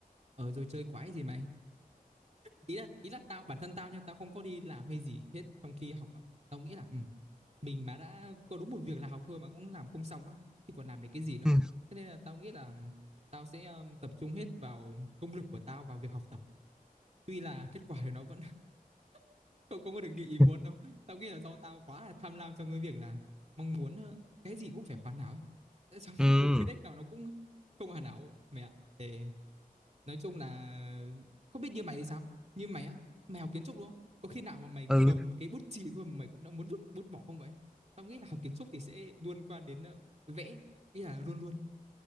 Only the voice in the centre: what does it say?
ừ
<laughs>
ừ
Ừ,